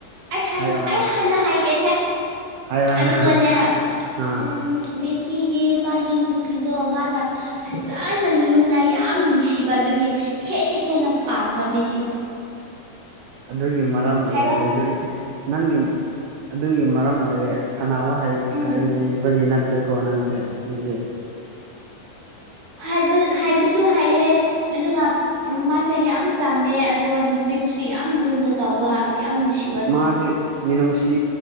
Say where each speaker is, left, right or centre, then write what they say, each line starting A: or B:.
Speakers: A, on the right; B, on the right.
A: ꯑꯁ
B: ꯍꯥꯏꯌꯣ ꯍꯥꯏꯌꯣ
A: ꯑꯩ ꯍꯥꯟꯅ ꯍꯥꯏꯒꯦꯁꯦ
B: ꯍꯥꯏꯌꯣ ꯍꯥꯏꯌꯣ
A: ꯑꯗꯨꯒꯅꯦ
B: ꯑꯥ
A: ꯎꯝ ꯃꯦꯁꯤꯒꯤ ꯃꯥꯒꯤ ꯅꯨꯄꯤꯗꯣ ꯃꯥꯅ ꯐꯖꯅ ꯂꯨꯅ ꯌꯥꯝ ꯅꯨꯡꯁꯤꯕ ꯑꯗꯨꯒꯤ ꯍꯦꯟꯅ ꯍꯦꯟꯅ ꯄꯥꯝꯕ ꯃꯤꯁꯤꯗꯣ
B: ꯑꯗꯨꯒꯤ ꯃꯔꯝ ꯑꯣꯏꯔꯦ
A: ꯍꯥꯏꯔꯣ
B: ꯃꯦꯖꯣꯔꯤꯇꯤ ꯅꯪꯒꯤ ꯑꯗꯨꯒꯤ ꯃꯔꯝ ꯑꯣꯏꯔꯦ ꯁꯅꯕ
A: ꯎꯝ
B: ꯍꯥꯏꯕꯒꯤ ꯅꯠꯇꯦꯀꯣ ꯅꯪꯁꯦ ꯑꯗꯨꯗꯤ
A: ꯍꯥꯏꯕ ꯍꯥꯏꯕꯁꯨ ꯍꯥꯏꯌꯦꯦ ꯑꯗꯨꯒ ꯎꯝ ꯃꯥꯁꯦ ꯌꯥꯝ ꯆꯥꯝꯃꯦ ꯑꯗꯨꯒ ꯅꯨꯄꯤꯕꯨꯁꯨ ꯌꯥꯝ ꯂꯨꯅ ꯇꯧꯕ ꯌꯥꯝ ꯅꯨꯡꯁꯤ
B: ꯃꯥꯁꯦ ꯃꯤꯅꯨꯡꯁꯤ